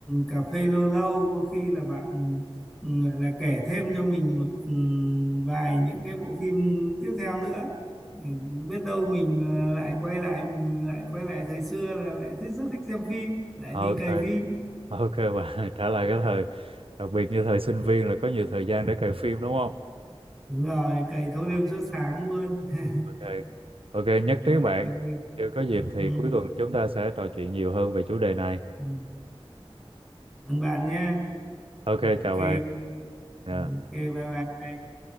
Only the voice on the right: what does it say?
Ok,
ok bạn, <laughs> trả lại cái thời. Đặc biệt như thời sinh viên là có nhiều thời gian để cày phim đúng không?
À,
ok, ok nhất
trí bạn. Nếu có dịp thì
cuối tuần chúng ta sẽ trò chuyện nhiều hơn về chủ đề này.
Ok,
chào bạn. Dạ.